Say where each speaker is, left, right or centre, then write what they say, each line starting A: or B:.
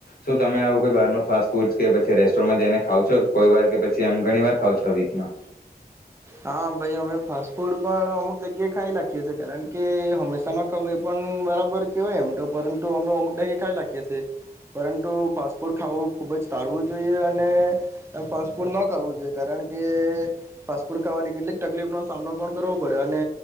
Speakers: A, on the left; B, on the right.
A: શું તમે આવું કોઈ બહાર ન ફાસ્ટ ફૂડ કે પછી રેસ્ટોરન્ટમાં જઈને ખાવ છો કે કોઈ વાર કે પછી જેમ ઘણી વાર ખાવ છો વીકમાં?
B: હા ભાઈ અમે ફાસ્ટ ફૂડ પણ અમુક જગ્યાએ ખાઈ લખીએ છીએ કારણ કે હંમેશા ન ખાવું એ પણ બરાબર કહેવાય એમ તો પરંતુ હમણાં અમુક ડાડે‌ ખાઈ લાખીએ છે. પરંતુ ફાસ્ટ ફૂડ ખું ખુબ જ ટાળવું જોઈએ, અને ફાસ્ટ ફૂડ ન ખાવું જોઈએ કારણ કે ફાસ્ટ ફૂડ ખાવાથી કેટલીક તકલીફ નો સામનો પણ કરવો પડે, અને